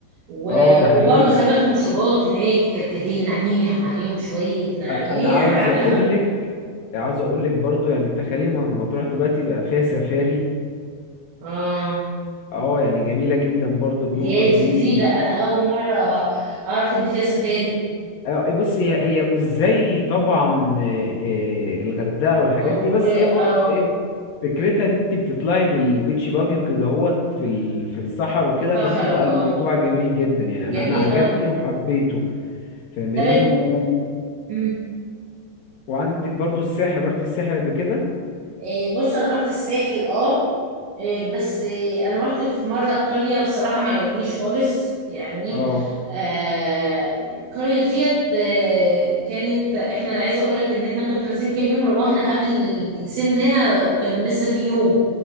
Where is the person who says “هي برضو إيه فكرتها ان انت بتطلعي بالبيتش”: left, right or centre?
Left